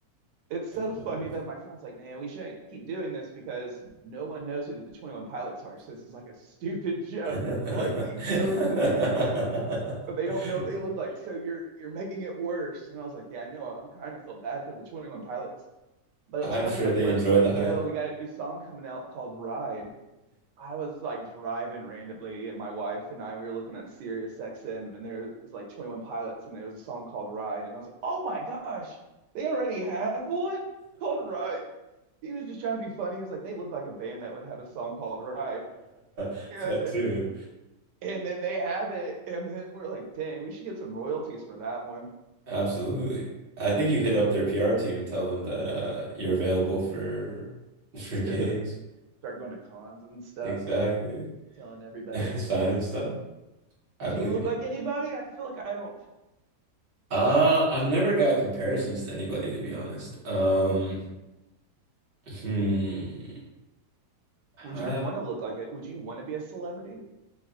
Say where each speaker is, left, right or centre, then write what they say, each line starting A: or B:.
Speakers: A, on the right (about 90°); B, on the right (about 40°).
A: It's so
B: Okay.
A: funny that my friend's like, man, we shouldn't keep doing this because no one knows who the 21 Pilots are. So this is like a stupid <laughs> joke.
B: <laughs>
A: Like they know who the band is, but they don't know what they look like. So you're you're making it worse. And I was like, yeah, I know. I'm kind of feel bad for the 21 Pilots. But
B: I'm
A: it was funny.
B: sure
A: My
B: they
A: friend's
B: enjoyed
A: like,
B: the
A: yo,
B: hype.
A: we got a new song coming out called Ride. I was like driving randomly, and my wife and I we were looking at Sirius XM, and there was like 21 Pilots, and there was a song called Ride, and I was like, oh my gosh, they already have one called Ride. He was just trying to be funny. He was like, they look like a band that would have a song called Ride,
B: <laughs>
A: and
B: Cut two.
A: and then they have it, and then we're like, dang, we should get some royalties for that one,
B: Absolutely. I think
A: even
B: you
A: though
B: hit up their PR team and tell them that uh you're available for <laughs> for
A: still
B: gigs.
A: got to start going to cons and stuff
B: Exactly.
A: and telling everybody,
B: <laughs> Sign and stuff. I
A: do
B: believe
A: you look
B: in you.
A: like anybody? I feel like I don't.
B: Uh, I've never got comparisons to anybody to be honest. Um, hmm.
A: Would
B: Uh,
A: you want to look like it? Would you want to be a celebrity?